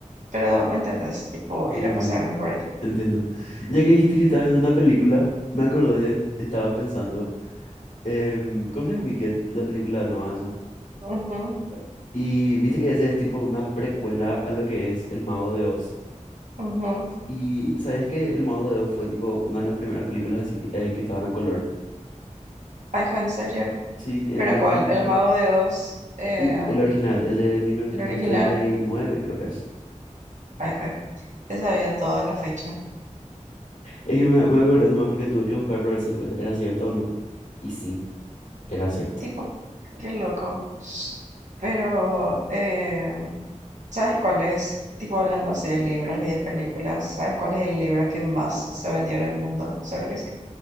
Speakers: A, on the right; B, on the left.
A: Pero, ¿me entendés? Tipo,
B: Sí,
A: ir
B: entiendo.
A: a pasearme por ahí.
B: Entiendo. Ya que dijiste que estabas viendo una película, me acordé, estaba pensando, em, ¿conoces Wicked, la película nueva esa?
A: Ujú,
B: Y viste que ese es tipo una precuela a lo que es El Mago de Oz.
A: ujú.
B: ¿Y sabías que El Mago de Oz fue tipo una de las primeras películas así eh, que estaban a color?
A: Ay, fue en serio.
B: Sí, en
A: ¿Pero
B: mil...
A: cuál? El Mago de Oz, eh,
B: Y el original, el de mil novecientos
A: el original.
B: treinta y nueve creo que es.
A: Ay, fue. Te sabía toda la fecha.
B: Es que me, me acordé nomás porque tuve que buscar para ver si fue- era cierto o no. Y sí, era cierto.
A: Tipo, qué loco. Pero, eh, ¿sabes cuál es? Tipo, hablando así de libros y de películas, ¿sabes cuál es el libro que más se vendió en el mundo? Seguro que sí.